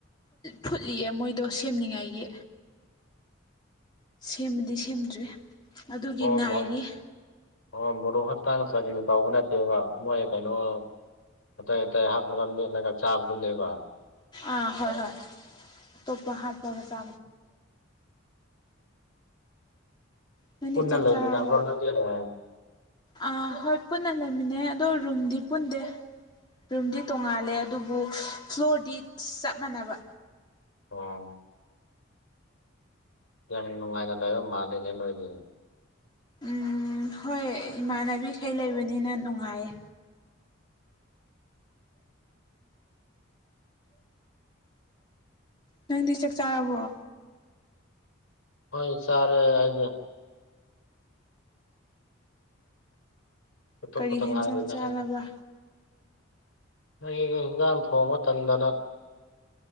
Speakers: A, on the left; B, on the left.
A: ꯐꯨꯠꯂꯤꯌꯦ ꯃꯣꯏꯗꯣ ꯁꯦꯝꯅꯤꯡꯉꯥꯏꯒꯤ ꯁꯦꯝꯕꯗꯤ ꯁꯦꯝꯗ꯭ꯔꯤ ꯑꯗꯨꯒꯤ
B: ꯑꯣ
A: ꯉꯥꯏꯔꯤ
B: ꯃꯣ ꯑꯣ ꯃꯣꯔꯣꯛ ꯈꯛꯇꯥꯡꯒ ꯆ ꯇꯥꯎꯧꯕ ꯅꯠꯇꯦꯕ ꯃꯣꯏ ꯀꯩꯅꯣ ꯑꯇꯩ ꯑꯇꯩ ꯍꯥꯞ ꯃꯔꯝ ꯅꯦꯠꯂꯒ ꯆꯥꯕꯗꯨꯅꯦꯕ
A: ꯑꯥ ꯍꯣꯏ ꯍꯣꯏ ꯇꯣꯞꯄ ꯍꯥ ꯄꯒ ꯆ ꯅꯪꯗꯤ
B: ꯄꯨꯟꯅ
A: ꯆꯥꯛ
B: ꯂꯩꯃꯤꯟꯅꯕꯅꯖꯦꯔꯦ
A: ꯆꯥꯔꯕꯣ ꯑꯥ ꯍꯣꯏ ꯄꯨꯟꯅ ꯂꯩꯃꯤꯟꯅꯩ ꯑꯗꯣ ꯔꯨꯝꯗꯤ ꯄꯨꯟꯗꯦ ꯔꯨꯝꯗꯤ ꯇꯣꯡꯉꯥꯜꯂꯦ ꯑꯗꯨꯕꯨ ꯐ꯭ꯂꯣꯔꯗꯤ ꯆꯞ ꯃꯥꯟꯅꯕ
B: ꯑꯣ ꯀ ꯅꯨꯡꯉꯥꯏꯅ ꯂꯩꯕ ꯃꯥꯂꯩꯅꯦ ꯅꯣꯏꯗꯤ
A: ꯎꯝ ꯍꯣꯏ ꯏꯃꯥꯟꯅꯕꯤꯈꯩ ꯂꯩꯕꯅꯤꯅ ꯅꯨꯡꯉꯥꯏꯌꯦ ꯅꯪꯗꯤ ꯆꯥꯛ ꯆꯥꯔꯕ꯭ꯔꯣ
B: ꯍꯣꯏ ꯆꯥꯔꯦ ꯑꯩꯗꯤ ꯆꯠꯊꯣꯛꯄꯇ
A: ꯎ ꯀꯔꯤ ꯍꯦꯟꯁꯥꯡ
B: ꯉꯥꯏꯔꯤꯗ
A: ꯆꯥꯂꯕ
B: ꯑꯩ ꯑꯩ ꯍꯟꯖꯥꯡ ꯊꯣꯡꯕ ꯃꯇꯝꯗꯅ